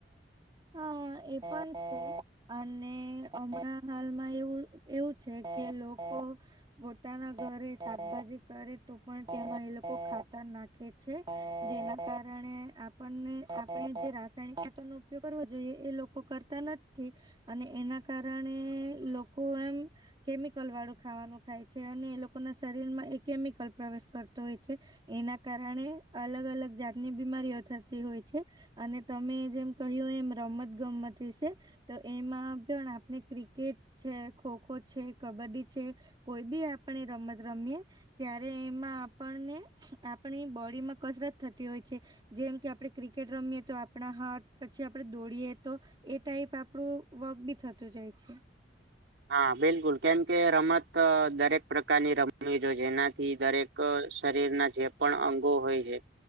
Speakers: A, on the right; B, on the right.
A: હા એ પણ છે અને હમણાં હાલમાં એવું એવું છે કે લોકો. પોતાના ઘરે શાકભાજી કરે તો પણ તેમાં એ લોકો ખાતર નાખે. છે, જેના કારણે આપણને આપણે જે રાસાયણિક ખાતરનું <unintelligible> કરવુ જોઈએ એ લોકો કરતા નથી અને એના કારણે લોકો એમ કેમિકલ વાળું ખાવાનું ખાય છે અને એ લોકો ના શરીરમાં એ કેમિકલ પ્રવેશ કરતો હોય છે. એના કારણે અલગ અલગ જાતની બીમારીઓ થતી હોય છે. અને તમે જેમ કહ્યું એમ રમત ગમત વિશે તો એમાં પણ આપ આપને ક્રિકેટ છે, ખોખો છે કબડ્ડી છે કોઈ બી આપણે રમત રમીએ. ત્યારે એમાં આપણને આપણી બોડીમાં કસરત થતી હોય છે. જેમ કે આપણે ક્રિકેટ રમીએ તો આપણા હાથ પછી આપણે દોડીએ તો એ ટાઈપ આપડું વર્ક બી થતું જાય છે.
B: હા બિલકુલ કેમ કે રમત દરેક પ્રકારની રમવી જોઈએ એનાથ થી દરેક શરીરના જે પણ અંગો હોય છે